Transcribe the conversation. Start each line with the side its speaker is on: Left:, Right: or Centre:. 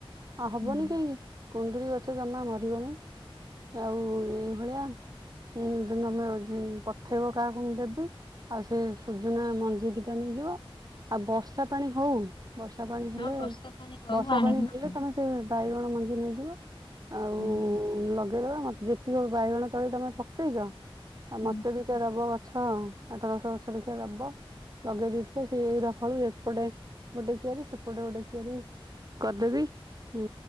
Right: ଆଉ ହବନି
Left: ହୁଁ
Right: କାହିଁକି କୁଣ୍ଡୁଳି ଗଛ ଜମା ମରିବନି। ଆଉ ଏ- ଭଳିଆ। ଉଁ ନହେଲେ ପଠେଇବ କାହାକୁ ମୁଁ ଦେବି। ଆଉ ସେ ସୂଜୁନା ମଞ୍ଜି ଦୁଇଟା ନେଇଯିବ। ଆଉ ବର୍ଷା ପାଣି ହଉ। ବର୍ଷା ପାଣି ହେଲେ,
Left: ହଁ ବର୍ଷା ପାଣି ହଉ
Right: ବର୍ଷା
Left: ଆଣିକି
Right: ପାଣି
Left: ନଗେଇବା।
Right: ହେଲେ ତମେ ସେ ବାଇଗଣ ମଞ୍ଜି ନେଇଯିବ। ଆଉ
Left: ହୁଁ
Right: ଲଗେଇଦବା ମୋତେ ଯେତିକି ବାଇଗଣ ତୋଳି ତମେ ପକେଇଛ ଆଉ
Left: ହଁ।
Right: ମୋତେ ବି- ଦବ ଗଛ ଆଉ। ଆଠ ଦଶ ଗଛ ଦେଖିବା ଦବ। ଲଗେଇ ଦେଇେଇଥିବ ସେଏ ଏଇଟା ଫଳୁ ଏପଟେ ଗୋଟେ କିଆରି ସେପଟେ ଗୋଟେ କିଆରି। କରିଦେବି ଉଁ